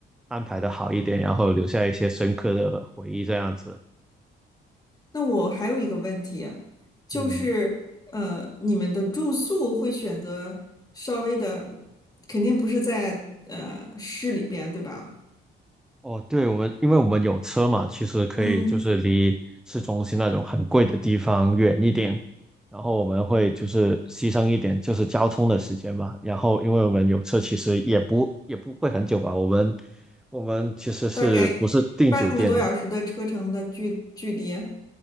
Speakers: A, in the centre; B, on the left.
A: 安排的好一点，然后留下一些深刻的回忆这样子。
B: 那我还有一个问题啊就是呃，
A: 嗯。
B: 你们的住宿会选择稍微的，肯定不是在呃市里边，对吧？
A: 哦，对，我们因为我们有车嘛，其实可以就是离市中心那种很贵的地方远一点，
B: 嗯，
A: 然后我们会就是牺牲一点就是交通的时间嘛。然后因为我们有车，其实也不也不会很久吧。我们我们其实是不是订酒店的，
B: 大概半个多小时的车程的距距离。